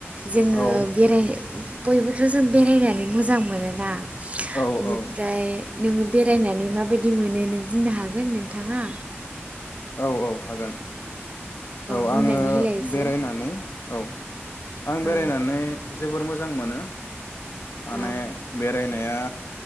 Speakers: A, on the right; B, on the left.
A: जोङों
B: औ
A: बेरायहै- बयबोथ' जों बेरायनानै मोजां मोनोना
B: औ
A: इनिफ्राय
B: औ
A: नोङो बेरायनानै माबायदि मोनो नों बुंनो हागोन नोंथाङा?
B: औ औ हागोन औ
A: बुंनानै
B: आङो
A: होलाय एसे
B: बेरायनानै औ आं बेरायनानै
A: औ
B: जोबोर मोजां मोजां मोनो माने
A: औ
B: बेरायाय न <unintelligible>